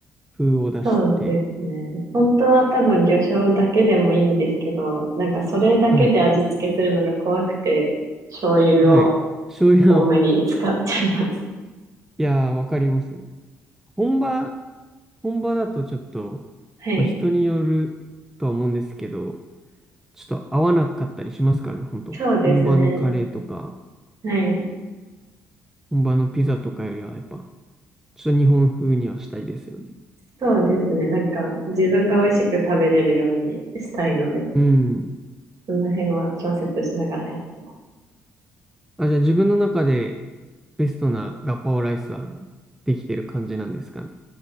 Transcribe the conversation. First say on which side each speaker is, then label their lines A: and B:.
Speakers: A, in the centre; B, on the right.
A: 風を出して、
B: そうですね。本当は多分魚醤だけでもいいんですけど、なんかそれだけで味付けするのが怖くて、
A: はい、
B: 醤油を
A: はい。醤油の、
B: 多めに使っちゃいます。
A: いやー、わかりますね。本場、本場だとちょっと、
B: はい。
A: まあ、人によるとは思うんですけど、ちょっと合わなかったりしますからね、本当本場のカレーとか、
B: そうですね。はい。
A: 本場のピザとかよりは、やっぱ、ちょっと日本風にはしたいですよね。
B: そうですね。なんか、自分が美味しく食べれるようにしたいので、
A: うん。
B: その辺は調節しながらやってま
A: あ、じゃあ自分の中でベストなガパオライスはできてる感じなんですかね。